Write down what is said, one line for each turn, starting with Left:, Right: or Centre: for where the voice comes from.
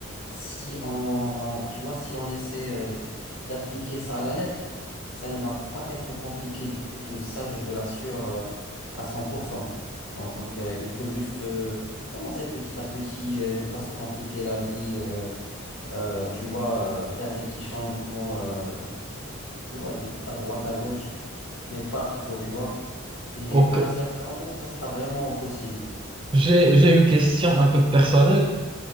Left: Si on, on- tu vois, si on essaie euh, d'appliquer ça à la lettre, ça ne va pas être compliqué du, du tout. Ça, je te l'assure euh, à cent. pour cent. Donc, euh, il faut juste euh, commencer petit à petit, euh, ne pas se compliquer la vie. euh, euh, tu vois, euh, faire des petits changements. euh, tu vois, de, à droite, à gauche, mais pas trop, tu vois. Et
Right: Ok.
Left: à un certain moment, ça sera vraiment possible.
Right: J'ai, j'ai une question un peu personnelle.